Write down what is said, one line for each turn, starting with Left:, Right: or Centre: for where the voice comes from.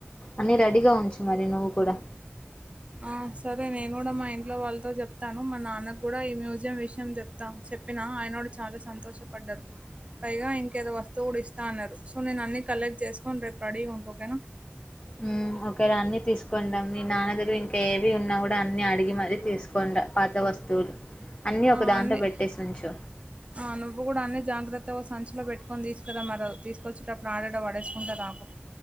Left: అన్ని రెడీగా ఉంచు మరి నువ్వు కూడా
Right: ఆ సరే నేను కూడా మా ఇంట్లో వాళ్ళతో చెప్తాను. మా నాన్న కూడా ఈ మ్యూజియం విషయం చెప్త చెప్పినా ఆయనోడు చాలా సంతోషపడ్డారు పైగా ఇంకేదో వస్తువు కూడా ఇస్తా అన్నారు. సో నేను అన్ని కలెక్ట్ చేసుకొని రేపు రెడీ ఉంట ఓకేనా
Left: హ్ ఓకే ర అన్ని తీసుకొని రా మీ నాన్న దగ్గర ఇంకా ఏమీ ఉన్నా కూడా అన్ని అడిగి మరీ తీసుకో కుండ పాత వస్తువులు అన్నీ
Right: ఆ!
Left: ఒక దాంట్లో
Right: అన్నీ
Left: పెట్టేసి ఉంచు
Right: ఆ నువ్వు కూడా అన్ని జాగ్రత్తగా సంచులో పెట్టుకొని తీసుకురా మరీ తీస్ వచ్చేటప్పు ఆడ ఇడ పడేసు కుంట రాకు